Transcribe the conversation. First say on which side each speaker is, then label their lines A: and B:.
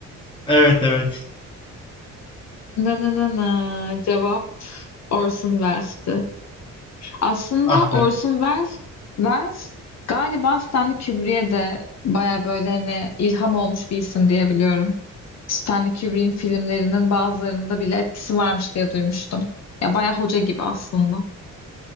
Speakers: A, on the left (about 15°); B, on the left (about 60°).
A: Evet evet.
B: Na na na na. Cevap Orson Welles'ti. Aslında
A: Ah be.
B: Orson Welles, Welles galiba Stanley Kubrick'e de baya böyle hani ilham olmuş bir isim diye biliyorum. Stanley Kubrick'in filmlerinin bazılarında bile etkisi varmış diye duymuştum. Ya baya hoca gibi aslında.